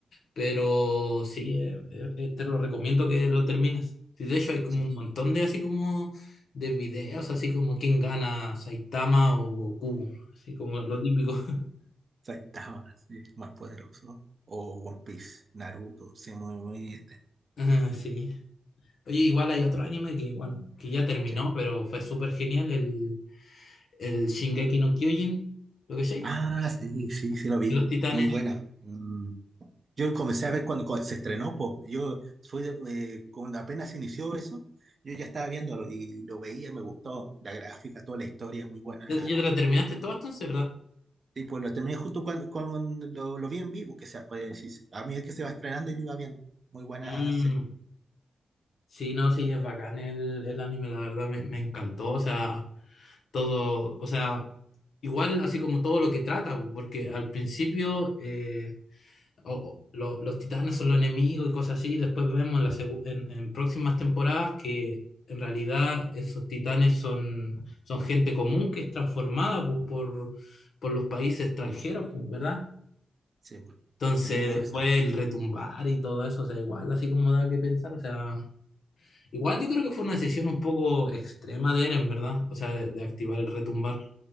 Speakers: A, on the left; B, on the right.
A: Pero sí, eh, eh, eh, te lo recomiendo que lo termines. Sí, de hecho hay como
B: Sí.
A: un montón de así como de videos, así como quién gana, Saitama o Goku, así como lo típico. <laughs>
B: Saitama, sí, más poderoso. O One Piece, Naruto, sí, muy, muy este.
A: Ah, Sí. Oye, igual hay otro anime que, bueno, que ya terminó,
B: sí.
A: pero fue súper genial, el, el Shingeki no Kyojin, ¿lo que sé?
B: Ah, sí, sí, sí lo vi.
A: Los Titanes.
B: Muy buena. Mm, Yo comencé a ver cuando, cuando se estrenó, po. Yo fui de- eh, cuando apenas inició eso, yo ya estaba viéndolo y lo veía, me gustó la gráfica, toda la historia, muy buena
A: ¿Ya, ya te lo terminaste todo entonces, verdad?
B: Sí, pues lo terminé junto con, con- lo, lo vi en vivo, que sea, puede decirse. A medida que se va estrenando y lo iba viendo. Muy buena
A: Mm,
B: serie.
A: sí, no, sí, es bacán el, el anime, la verdad, me, me encantó, o sea, todo, o sea, Igual, así como todo lo que trata, pu, porque al principio eh, o- o lo- los titanes son los enemigos y cosas así, y después vemos en, la segu- en- en próximas temporadas que en realidad esos titanes son, son gente común que es transformada pu,
B: Ujú.
A: por, por los países extranjeros, pu, ¿verdad?
B: Sí, pues.
A: Entonces,
B: Em, es-
A: Claro. después el retumbar y todo eso, o sea, igual, así como da que pensar, o sea, igual yo creo que fue una decisión un poco extrema de Eren, ¿verdad? O sea, de, de activar el retumbar.